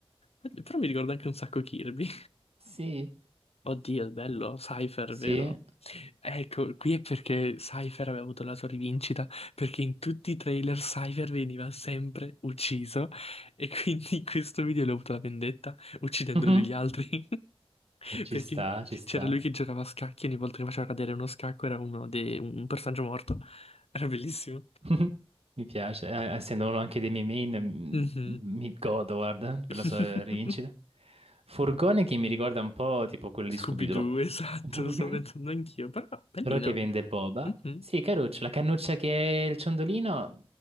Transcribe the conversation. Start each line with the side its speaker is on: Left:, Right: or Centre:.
Left: Oddio, Però mi ricorda anche un sacco Kirby.
Right: Sì,
Left: Oddio, bello, Cypher,
Right: sì.
Left: vero? Ecco, qui è perché Cypher aveva avuto la sua rivincita, perché in tutti i trailer Cypher veniva sempre ucciso e quindi in questo video lui ha avuto la vendetta uccidendo
Right: Mhm.
Left: lui gli altri, <laughs>
Right: Ci
Left: perché
Right: sta, ci sta.
Left: c'era lui che giocava a scacchi e ogni volta che faceva cadere uno scacco era uno de- un personaggio morto. Era bellissimo.
Right: <laughs> Mi piace, eh, essendo uno anche dei miei main, mm,
Left: Mhm.
Right: mi godo, guarda, per
Left: <laughs>
Right: la sua rivincita. Furgone che mi ricorda un po' tipo quello
Left: Scooby-Doo,
Right: di Scooby-Doo,
Left: esatto,
Right: <laughs>
Left: lo sto pensando anch'io, però bellino.
Right: però che vende boba.
Left: Mhm.
Right: Sì, Caruccio, la cannuccia che è il ciondolino,